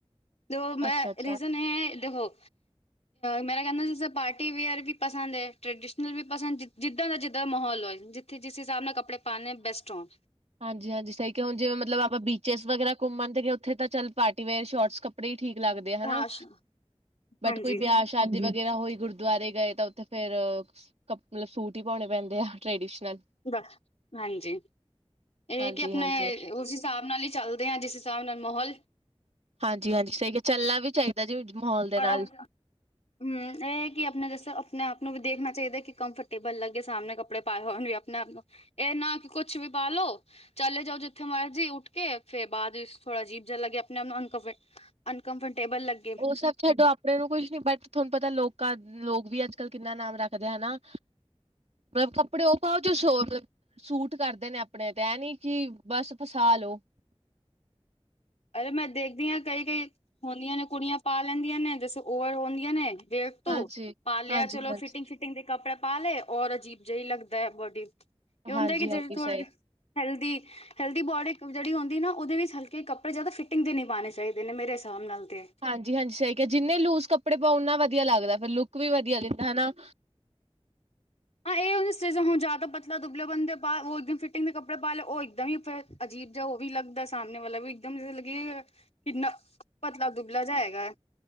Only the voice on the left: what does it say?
ਜੋ ਮੈ
ਰੀਜ਼ਨ ਇਹ ਐ ਦੇਖੋ ਮੇਰਾ ਕਹਿੰਦਾ ਜਿਸ ਪਾਰਟੀ ਵੇਅਰ ਵੀ ਪਸੰਦ ਏ, ਟ੍ਰਡੀਸ਼ਨਲ ਵੀ ਪਸੰਦ ਜਿੱਦਾਂ ਦਾ ਜਿੱਦਾਂ ਦਾ ਮਾਹੌਲ ਹੋਏ ਜ ਤੇ ਜਿਸ ਹਿਸਾਬ ਨਾਲ ਕੱਪੜੇ ਪਾਣੇ ਆ ਬੈਸਟ ਹੋਣ।
ਹਾਂ ਸ਼-
ਹਾਂਜੀ
ਬਸ ਹਾਂਜੀ। ਇਹ
ਕਿ ਆਪਣੇ ਉਸ ਹਿਸਾਬ ਨਾਲ ਈ ਚੱਲਦੇ ਹਾਂ ਜਿਸ ਹਿਸਾਬ ਨਾਲ ਮਾਹੌਲ
ਔਰ ਅਪ- ਹਮ ਇਹ ਕਿ ਆਪਣੇ ਜੱਸੋ ਆਪਣੇ ਆਪ ਨੂੰ ਵੀ ਦੇਖਣਾ ਚਾਈਦਾ ਕਿ ਕੰਫਰਟੇਬਲ ਲੱਗੇ ਸਾਹਮਣੇ ਕੱਪੜੇ ਪਾਏ ਹੋਏ ਹੁਣ ਵੀ ਆਪਣੇ ਆਪ ਨੂੰ ਇਹ ਨਾ ਕਿ ਕੁਛ ਵੀ ਪਾਲੋ ਚਲੇ ਜਾਓ ਜਿੱਥੇ ਮਰਜ਼ੀ ਉੱਠ ਕੇ ਫਿਰ ਬਾਅਦ ਥੋੜ੍ਹਾ ਅਜੀਬ ਜਿਹਾ ਲੱਗੇ ਆਪਣੇ ਆਪ ਨੂੰ ਅੰਨ ਕੰਫਿਰ ਅਨਕੰਫਰਟੇਬਲ ਲੱਗ
ਅਰੇ ਮੈਂ ਦੇਖਦੀ ਆਂ ਕਈ-ਕਈ ਹੁੰਦੀਆਂ ਨੇ ਕੁੜੀਆਂ ਪਾ ਲੈਂਦੀਆਂ ਨੇ ਜੈਸੇ ਓਵਰ ਹੁੰਦੀਆਂ ਨੇ। ਵੇਖ ਤੋ
ਪਾ ਲੇਆ
ਚਲੋ ਫਿਟਿੰਗ-ਫਿਟਿੰਗ ਦੇ ਕੱਪੜੇ ਪਾ ਲਏ ਔਰ ਅਜੀਬ ਜਈ ਲੱਗਦਾ ਬੋਡੀ, ਏ ਹੁੰਦਾ
ਕੇ ਜੇੜੇ ਥੋ
ਹੈਲਦੀ-ਹੈਲਦੀ ਬੋਡੀ ਜੇੜੀ ਹੁੰਦੀ ਨਾ ਓਦੇ ਵਿੱਚ ਹਲਕੇ ਕੱਪ ਪਰ ਜਾਦਾ ਫਿਟਿੰਗ ਦੇ ਨਈਂ ਪਾਨੇ ਚਾਈਦੇ ਨੇ ਮੇਰੇ ਹਿਸਾਬ ਨਾਲ ਤੇ।
ਹਾਂ ਏ ਚੀਜ਼ ਹੁਨ ਜਾਦਾ ਪਤਲਾ ਦੁਬਲੇ ਬੰਦੇ ਪਾ ਓ ਇਕਦਮ ਫਿਟਿੰਗ ਦੇ ਕੱਪੜੇ ਪਾ ਲਏ ਓ ਇੱਕਦਮ ਈ ਫਿਰ ਅਜੀਬ ਜਾ ਓ ਵੀ ਲੱਗਦਾ ਸਾਮਨੇ ਵਾਲਾ ਵੀ ਇਕਦਮ ਜੇ ਲੱਗੇ ਕਿੰਨਾ ਪਤਲਾ ਦੁੱਬਲਾ ਜਾ ਹੈਗਾ।